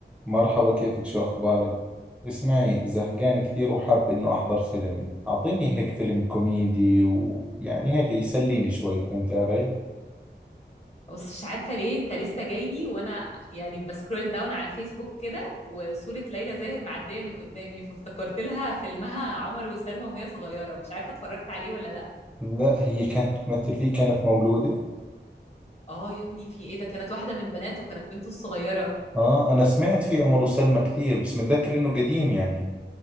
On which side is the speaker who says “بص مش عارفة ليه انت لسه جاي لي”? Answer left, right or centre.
Left